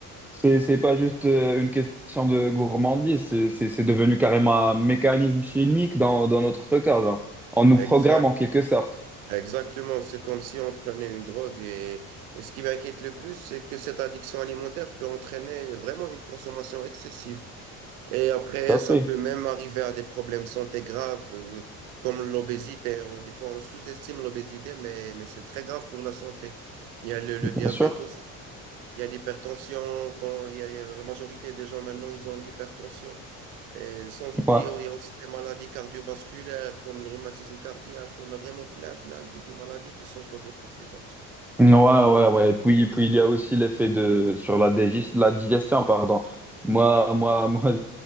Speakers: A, in the centre; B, on the right.
A: C'est, c'est pas juste euh, une question de gourmandise, c'est c'est- c'est devenu carrément un mécanisme chimique dans, dans notre corps, genre. On nous
B: Exact.
A: programme en quelque sorte.
B: Exactement. C'est comme si on prenait une drogue. Et, et ce qui m'inquiète le plus, c'est que cette addiction alimentaire peut entraîner vraiment une consommation excessive. Et après,
A: Tout à fait,
B: ça peut même arriver à des problèmes de santé graves, euh, comme l'obésité. Euh, Des fois, on sous-estime l'obésité, mais, mais c'est très grave pour la santé. Il y a le, le
A: bien
B: diabète
A: sûr.
B: aussi, il y a l'hypertension. Quand il y a, il y a la majorité des gens maintenant, ils ont l'hypertension. Et sans oublier,
A: Ouais.
B: il y a aussi les maladies cardiovasculaires, comme le rhumatisme cardiaque. On a vraiment plein, plein de, de maladies qui sont causées par ces fast-foods.
A: Ouais, ouais, ouais. Et puis, et puis il y a aussi l'effet de sur la digest, la digestion, pardon. Moi, moi, <laughs> moi,